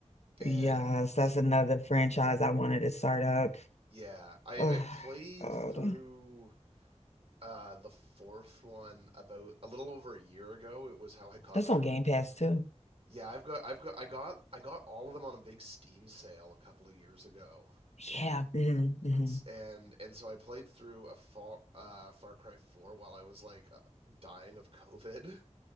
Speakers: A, on the right; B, on the left.
A: and
B: Yes, that's another franchise I wanted to start up.
A: yeah i
B: Oh,
A: i played through
B: God.
A: uh the fourth one about a little over a year ago it was how i got
B: That's
A: through
B: on Game Pass too.
A: yeah i've got i've got i got i got all of them on a big steam sale a couple of years ago
B: Yeah. hmm hmm
A: and and so I played through a far uh, Far Cry Four while I was like uh, dying of COVID,